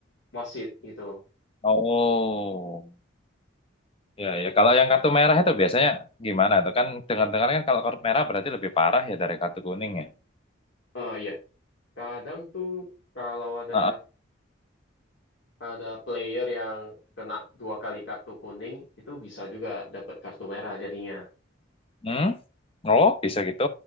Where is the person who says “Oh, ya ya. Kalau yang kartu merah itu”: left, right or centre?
Left